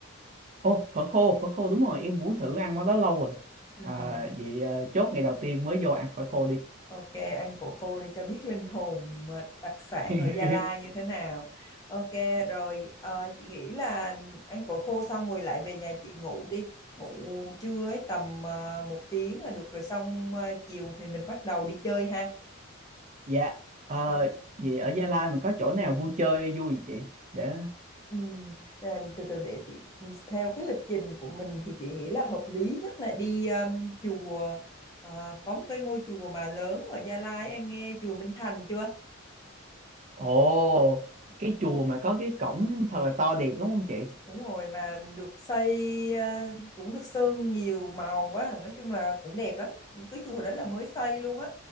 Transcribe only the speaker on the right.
ô phở khô phở khô đúng rồi em muốn thử ăn món đó lâu rồi
à, vậy ờ, chốt ngày đầu tiên mới vô ăn phở khô đi
<laughs>
dạ ờ,
vậy ở Gia Lai mình có chỗ nào vui chơi vui gì chị để
ồ cái chùa mà có cái cổng thật là to đẹp đúng không chị